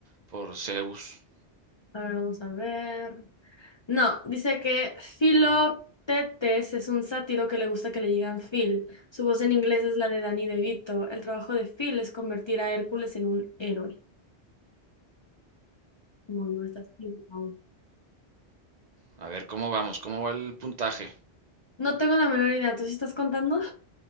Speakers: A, on the right; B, on the left.
A: Por Zeus.
B: A ver, vamos a ver. No, dice que Philoctetes
A: Mm,
B: es un sátiro que le gusta que le digan Phil. Su voz en inglés es la de Danny DeVito. El trabajo de Phil es convertir a Hércules en un héroe. Bueno, estás equivocado.
A: A ver, ¿cómo vamos? ¿Cómo va el puntaje?
B: No tengo la menor idea. ¿Tú sí estás contando?